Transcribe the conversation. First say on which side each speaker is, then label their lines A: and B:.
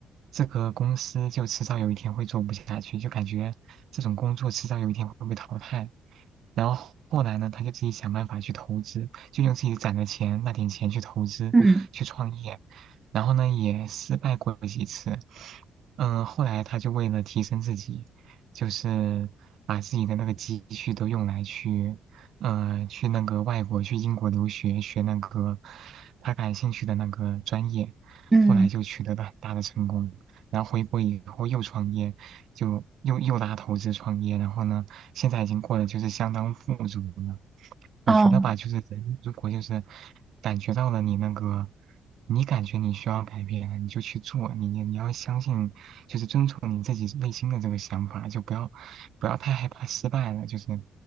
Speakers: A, on the right; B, on the right.
A: 这个公司就迟早有一天会做不下去，就感觉这种工作迟早有一天会被淘汰。然后后来呢，他就自己想办法去投资，就用自己攒的钱那点钱去投资，
B: 嗯
A: 去创业。然后呢，也失败过几次。嗯，后来他就为了提升自己，就是把自己的那个积蓄都用来去，呃，去那个外国，去英国留学，学那个他感兴趣的那个专业。
B: 嗯
A: 后来就取得了很大的成功。然后回国以后又创业，就又又拉投资创业，然后呢，现在已经过得就是相当富足了。我觉得吧，
B: 哦。
A: 就是人如果就是感觉到了你那个，你感觉你需要改变，你就去做，你你要相信，就是遵从你自己内心的这个想法，就不要不要太害怕失败了，就是